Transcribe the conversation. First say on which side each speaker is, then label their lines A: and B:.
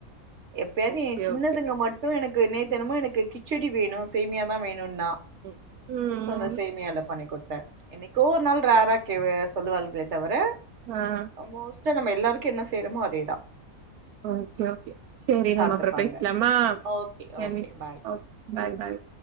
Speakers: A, on the right (about 50°); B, on the right (about 85°).
A: எப்பயாது
B: ஓகே
A: எ சின்னதுங்க
B: ஓகே
A: மட்டு எனக்கு நேத்தென்னமோ எனக்கு கிச்சடி வேணு சேமியாதா வேணுன்னா
B: ம் ம்
A: சோ அந்த சேமியால்லா பண்ணி குட்த்தே என்னைக்கோ ஒரு நாள் ரேரா கே அ சொல்லுவாள்கே தவர
B: ஆ
A: மோஸ்ட்டா நம்ம எல்லாருக்கு என்ன செய்றமோ அதேதா
B: ஓகே ஓகே சேரி
A: சாப்ட்டுப்பாங்க
B: நம்ம அப்றோ பேஸ்லாமா
A: ஓகே
B: சேரி
A: ஓகே பாய்
B: ஓக் பாய் பாய்